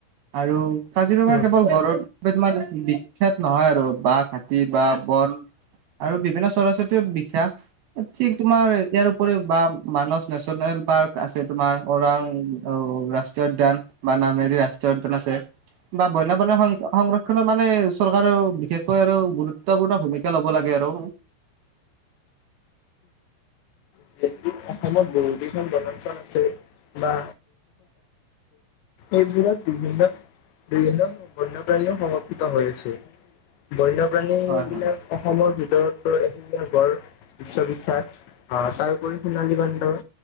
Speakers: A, on the right; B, on the left.
A: আৰু কাজিৰঙা
B: উম।
A: কেৱল গঁড়ৰ বাবে তোমাৰ বিখ্যাত নহয় আৰু বাঘ, হাতী বা বন আৰু বিভিন্ন চৰাই চিৰিকণিও বিখ্যাত। ঠিক তোমাৰ ইয়াৰ উপৰিও বা মানস নেচনেল পাৰ্ক আছে, তোমাৰ ওৰাং। অ', ৰাষ্ট্ৰীয় উদ্যান বা নামেৰি ৰাষ্ট্ৰীয় উদ্যান আছে, বা বন্য প্ৰাণী সংৰক্ষণ। মানে চৰকাৰেও বিশেষকৈ আৰু গুৰুত্বপূৰ্ণ ভূমিকা লব লাগে আৰু।
B: যিহেতু অসমত বহুকেইখন বনাঞ্চল আছে, বা এইবোৰত বিভিন্ন, বিভিন্ন বন্যপ্ৰাণী সমৰ্পিত হৈ হৈছে। বন্যপ্ৰাণী
A: হয় হয়।
B: বিলাক অসমৰ ভিতৰত এহিঙীয়া গড় বিশ্ববিখ্যাত। তাৰপৰি সোণালী বান্দৰ।